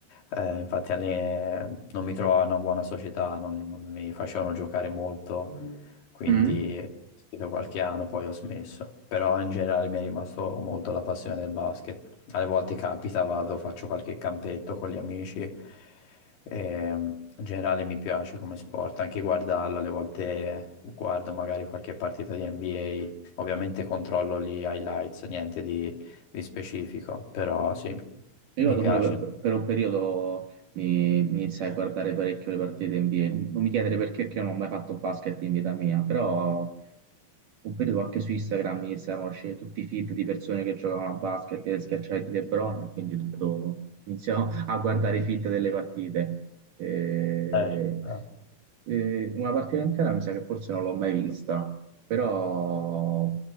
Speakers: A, on the left (about 65°); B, on the right (about 60°).
A: eh, infatti alle- non mi trovavo in una buona società, non, non mi facevano giocare molto, Mm. quindi
B: Mm?
A: ho seguito qualche anno, poi ho smesso, però in generale mi è rimasto molto la passione del basket. Alle volte capita, vado, faccio qualche campetto con gli amici. Ehm, in generale mi piace come sport, anche guardarlo, alle volte guardo magari qualche partita di NBA, ovviamente controllo gli highlights, niente di, di specifico, però sì,
B: Mi
A: mi
B: ricordo
A: piace.
B: pure per per un periodo mi, mi iniziai a guardare parecchio le partite NBA. Non mi chiedere perché, perché non ho mai fatto basket in vita mia, però un periodo anche su Instagram mi iniziarono a uscire tutti i feed di persone che giocavano a basket e schiacciai di LeBron, e quindi tutto iniziò a guardare i feed delle partite. Eh,
A: Eh, eh,
B: eh, una partita intera mi sa che forse non l'ho mai vista, però